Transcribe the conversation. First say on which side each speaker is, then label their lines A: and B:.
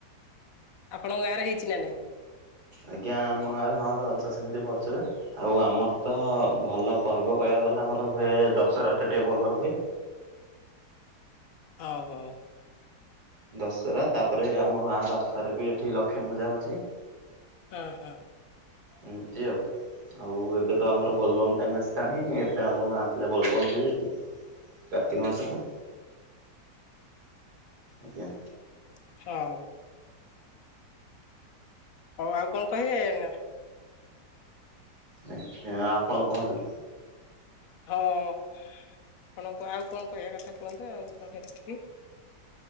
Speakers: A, on the left (about 65°); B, on the right (about 65°).
A: ଆପଣଙ୍କ ଗାଁରେ ହେଇଛି ନା ନାଇଁ?
B: ଆଜ୍ଞା ଆମ ଗାଁରେ ହଁ ରଜ ସେମିତି ଭଲ ସେ ହୁଏ ଆଉ ଆମର ତ ଭଲ ପର୍ବ କହିବା ଗ ଆମର ହୁଏ ଦଶହରା ଟା ଟିକେ ଭଲ ହୁଏ।
A: ହଉ ହଉ।
B: ଦଶହରା ତାପରେ ଆମ ଗାଁ ପାଖରେ ବି ଏଠି ଲକ୍ଷ୍ମୀ ପୂଜା ହଉଛି।
A: ହଁ ହଁ।
B: ଏମିତି ଆଉ ଆଉ ଏବେ ତ ଆମର ବୋଲବମ୍ ଟାଇମ ଆସ ଟାଣି ଏବେ ଆମ ଗାଁ ପିଲା ବୋଲବମ୍ ଯିବେ କାର୍ତ୍ତିକ ମାସକୁୁ। ଆଜ୍ଞା।
A: <unintelligible> ହଉ ଆଉ କଣ କହିବେ ନା
B: ଆ୍ଞା ଆପଣ କୁହନ୍ତୁ।
A: ହଁ। ଆପଣଙ୍କୁ ଆଉ କଣ କହିବା କଥା କୁହନ୍ତୁ ଆଉ ନହଲେ ରଖିବି।